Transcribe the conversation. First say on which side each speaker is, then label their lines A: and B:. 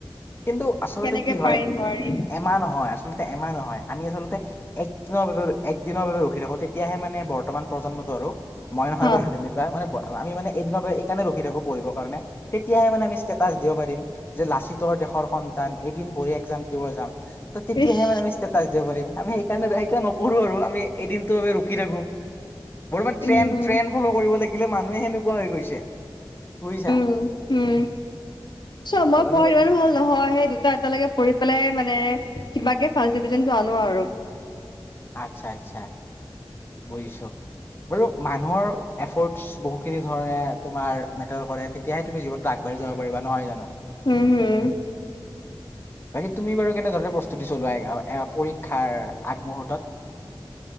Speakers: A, on the left; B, on the left.
A: কিন্তু আচলতে
B: কেনেকে
A: কি
B: পাৰিম
A: হয়
B: নোৱাৰিম
A: এমাহ নহয়, আচলতে এমাহ নহয়, আমি আচলতে এক দিনৰ বাবে এক দিনৰ বাবে, ৰখি থাকো, তেতিয়াহে মানে বৰ্তমান প্ৰজন্মটো আৰু মই নহয়
B: হা
A: বাৰু তেনেকুৱা, মানে আমি মান এইদিনৰ এই কাৰণে ৰখি থাকো পঢ়িবৰ কাৰণে, তেতিাহে মানে আমি ষ্টেটাচ দিব পাৰিম যে লাচিতৰ দেশৰ সন্তান এদিন পঢ়ি একজাম দিব যাম, ত' তেতিয়াহে
B: ইচ
A: মানে আমি দিব পাৰিম আমি সেইকাৰণে সেইকাৰণে নপঢ়ো আৰু আমি এদিনটো বাবে ৰখি থাকো। বৰ্তমান
B: উম
A: ট্ৰেন ট্ৰেন ফল' কৰিব লাগিলে মানুহে সেনেকুৱা হৈ গৈছে বুজিছা।
B: উম', উম', চোৱা
A: অ
B: মই
A: মানে
B: পঢ়াত ইমানো ভাল নহয় সেই দুটা এটালৈকে পঢ়িপেলাই মানে কিবাকে ফাৰ্ষ্ট ডিভিজনতটো আনো আৰু।
A: আচ্ছা', আচ্ছা'। বুজিছো বাৰু মানুহৰ এফৰ্টছ বহুখিনি ধৰণে তোমাৰ মেটাৰ কৰে, তেতিয়াহে তুমি জীৱনতো আগবাঢ়ি যাব পাৰিবা নহয় জানো?
B: হম', হম'।
A: বাকী তুমি বাৰু কেনেধৰণে প্ৰস্তুতি চলোৱা পৰীক্ষাৰ আগমুহূৰ্তত?